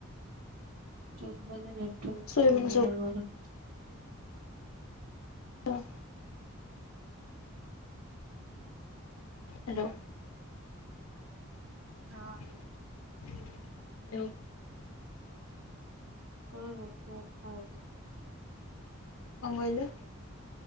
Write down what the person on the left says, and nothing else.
ଶୋଇବେଣି
ସବୁ
ହଁ ହ୍ୟାଲୋ
ହ୍ୟାଲୋ
କଣ କହିଲୁ?